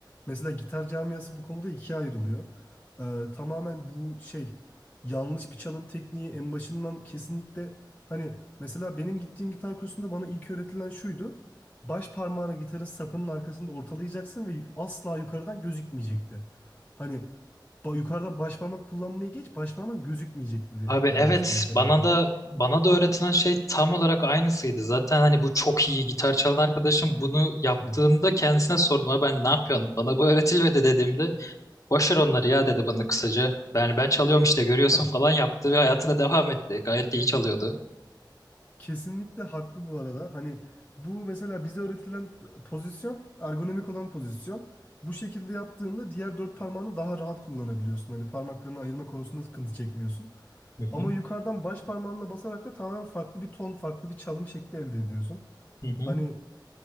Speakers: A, on the left; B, on the left.
A: Mesela gitar camiası bu konuda ikiye ayrılıyor. Ee, tamamen bu şey yanlış bir çalım tekniği en başından kesinlikle hani mesela benim gittiğim gitar kursunda bana ilk öğretilen şuydu. Baş parmağını gitarın sapının arkasında ortalayacaksın ve asla yukarıdan gözükmeyecekti. Hani ba- yukarıdan başparmak kullanmayı geç, başparmağın gözükmeyecek bile
B: Abi
A: denmişti
B: evet
A: mesela
B: bana
A: bana.
B: da bana da öğretilen şey tam olarak aynısıydı. Zaten hani bu çok iyi gitar çalan arkadaşım bunu yaptığında
A: Hı.
B: kendisine sordum. "Abi Ben ne yapıyorsun? Bana bu öğretilmedi dediğimde boş ver onları ya dedi bana kısaca. Yani ben çalıyorum işte görüyorsun
A: Hah,
B: falan yaptı ve hayatına devam etti. Gayet de iyi çalıyordu.
A: kesinlikle haklı bu arada. Hani bu mesela bize öğretilen pozisyon, ergonomik olan pozisyon. Bu şekilde yaptığında diğer dört parmağını daha rahat kullanabiliyorsun. Hani parmaklarını ayırma konusunda sıkıntı çekmiyorsun.
B: Hı
A: Ama
B: hı.
A: yukarıdan baş parmağınla basarak da tamamen farklı bir ton, farklı bir çalım şekli elde ediyorsun.
B: Hı hı.
A: Hani